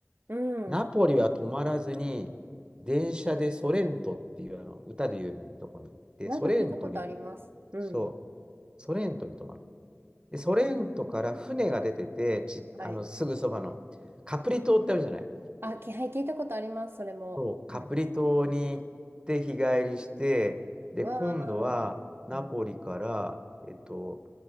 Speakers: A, on the right; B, on the right.
A: うん。
B: ナポリは止まらずに、電車でソレントっていうあの歌で有名なところに行って、
A: なんか聞いたことあります。
B: ソレントに、
A: うん。
B: そう、ソレントに泊まる。で、ソレントから船が出てて、ち、
A: はい。
B: あの、すぐそばのカプリ島ってあるじゃない。
A: あ、き、はい、聞いたことあります。それも。
B: そう、カプリ島に行って日帰りして、
A: うん。
B: で、
A: わあ。
B: 今度はナポリから、
A: うん
B: えっと、